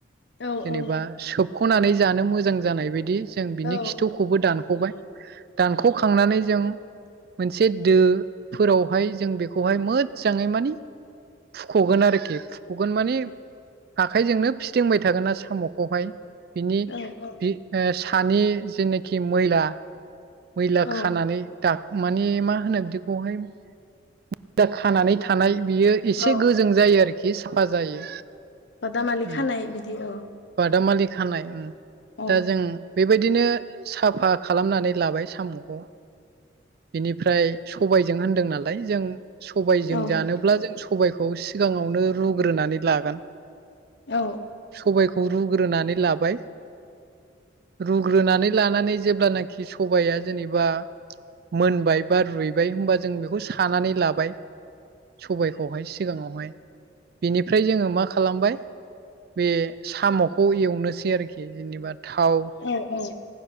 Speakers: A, on the left; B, on the right.
A: औ
B: जेनेबा
A: औ
B: सोबख'नानै जानो मोजां जानाय बायदि जों बिनि
A: औ
B: खिथौखौबो दानख'बाय दानख'खांनानै जों मोनसे दोफोरावहाय जों बेखौहाय मोजाङै माने फुख'गोन आरोखि फुख'गोन माने आखाइजोंनो फिदिंबाय थागोन आरो साम'खौहाय बिनि
A: औ
B: ओ सानि जेनाखि मैला मैला
A: औ
B: खानानै दा माने मा होनो बिदिखौहाय मैला खानानै थानाय बियो एसे
A: औ
B: गोजों जायो आरोखि साफा जायो।
A: बदामालिखानाय
B: उम
A: बिदि औ
B: बादामालि खानाय ओं
A: औ
B: दा जों बेबायदिनो साफा खालामनानै लाबाय साम'खौ बेनिफ्राय सबायजों होनदों नालाय जों सबायजों
A: औ
B: जानोब्ला जों सबबायखौ सिगाङावनो रुग्रोनानै लागोन
A: औ
B: सबायखौ रुग्रोनानै लाबाय रुग्रोनानै लानानै जेब्लानाखि सबाइाया जेनेबा मोनबाय बा रुइबाय होनबा जों बेखौ सानानै लाबाय सबायखौहाय सिगाङावहाय बेनिफ्राय जोङो मा खालामबाय बे साम'खौ एवनो सै आरोखि जेनेबा थाव
A: औ औ